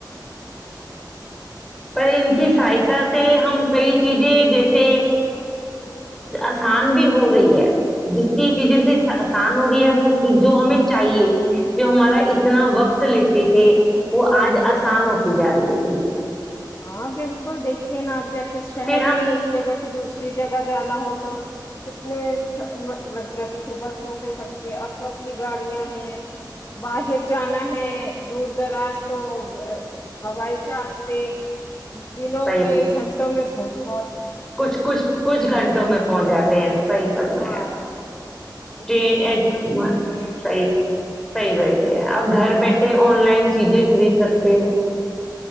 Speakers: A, in the centre; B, on the left.
A: پر ان کی سہایتا سے ہم کئی چیزیں جیسے آسان بھی ہو رہی ہے جس کی چیزوں سے آسان ہو رہی ہے وہ جو ہمیں چاہیے جو ہمارا اتنا وقت لیتے تھے وہ آج آسان ہوتی جا رہی ہے چیزیں
B: ہاں بالکل دیکھیے نا آپ جیسے شہر
A: پھر ہم
B: میں ایک جگہ سے دوسری جگہ جانا ہو تو کتنے لگ ج سے بک س ہوتےک کے ا تو اپنی گاڑیاں ہیں باہر جانا ہے دور دراز تو ہوائی جہاز سے دنوں
A: صحیح
B: کے
A: پر
B: گھنٹوں میں اور
A: کچھ کچھ کچھ گھنٹوں میں پہنچ جاتے ہیں صحی فرمایا
B: ہاں تو کتنی
A: صحیح
B: آسانی ہو گئی ہے
A: صحیح بیٹے ہیں اب گھر بیٹھے آن لائن چیزیں خرید سکتے ہو